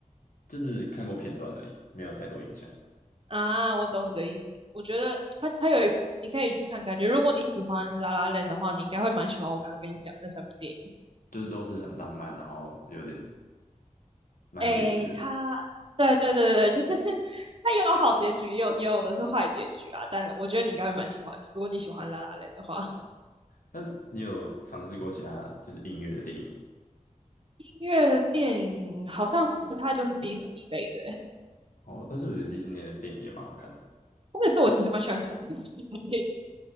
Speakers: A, on the left (about 85°); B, on the right (about 40°).
A: 就是看过片段而已，没有太多印象。
B: 啊，我懂你的意思。我觉得它它有一你可以去看，感觉如果你喜欢《La l 的话，你应该会蛮喜欢我刚刚跟你讲那三部电影。
A: 就是都是很浪漫，然后有点蛮写实的。
B: 诶，它 <laughs>，对对对对对，就是 <laughs> 它有好结局，也有也有的是坏结局啊。但我觉得你应该会蛮喜欢的，如果你喜欢《La l 的话。
A: 但你有尝试过其他就是音乐的电影吗？
B: 音乐的电影好像其他就是迪士尼类的欸，
A: 哦，但是我觉得迪士尼的电影也蛮好看的，
B: 或者是我其实蛮喜欢看迪士尼的电影，